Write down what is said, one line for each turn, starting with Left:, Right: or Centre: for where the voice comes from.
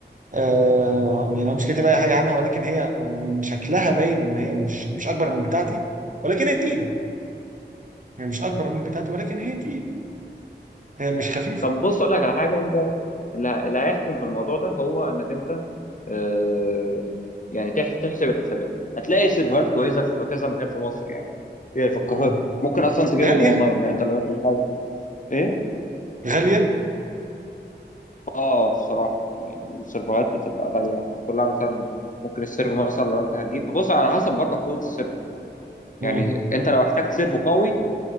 Right: آه يعني هو مش كاتب اي حاجه عنها ولكن هي يعني من شكلها باين ان هي مش مش اكبر من بتاعتي ولكن هي تقيله يعني مش اكبر من بتاعتي ولكن هي تقيله هي مش خفيفه
Left: طب بص اقول لك على حاجه انت اللي ه- اللي هيحكم في الموضوع ده هو انك انت آه، يعني تح- تحسب الحسابات هتلاقي سيرفرات كويسه في كذا مكان في مصر يعني يعني في القاهره
Right: مم.
Left: ممكن اصلا تجيبهم
Right: غاليه
Left: اونلاين يعني انت لو انت ايه
Right: غاليه
Left: اه الصراحه يعني السيرفرات بتبقى غاليه كلها مثلا ممكن السيرفو مثلا لو انت هتجيب بص على حسب برضه قوه السيرفو
Right: مم.
Left: يعني انت لو احتجت سيرفو قوي